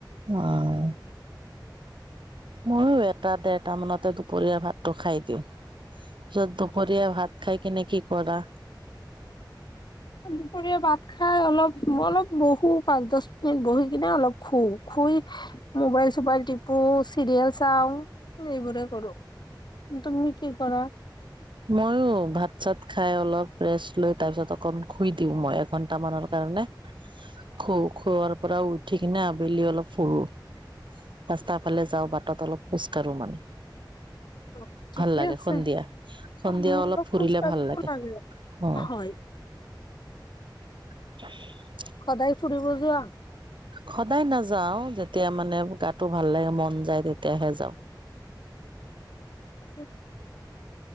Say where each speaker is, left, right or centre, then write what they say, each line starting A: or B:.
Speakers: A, on the right; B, on the left.
A: অ' ময়ো এটা ডেৰটা মানতে দুপৰীয়াৰ ভাতটো খাই দিওঁ। পিছত দুপৰীয়া ভাত খাই কিনে কি কৰা?
B: <inaudible> দুপৰীয়া ভাত খাই অলপ অলপ বহো পাঁচ দচ মিনিট বহি কিনে অলপ খু, খুই মোবাইল চুবাইল টিপো, চিৰিয়েল চাওঁ, এইবোৰে কৰোঁ। তুমি কি কৰা?
A: মইওঁ ভাত চাত খাই অলপ ৰেষ্ট লৈ তাৰপিছত অকন খুই দিওঁ মই এঘন্টা মানৰ কাৰনে। কাৰনে খু, খোৱাৰ পৰা উঠি কিনে আবেলি অলপ ফুৰো। ৰাস্তাৰ ফালে যাওঁ বাটত অলপ খোজকাঢ়োঁ মানে।
B: অ ঠিকেই
A: ভাল লাগে
B: আছে।
A: সন্ধিয়া সন্ধিয়া
B: উ অলপ
A: ফুৰিলে
B: খোজকাঢ়িবও
A: ভাল
B: লাগে
A: অ
B: হয়।
A: <inaudible>
B: সদায় ফুৰিব যোৱা।
A: সদায় নাযাও যেতিয়া মানে গাটো ভাল লাগে মন যায় তেতিয়াহে যাওঁ।
B: <inaudible>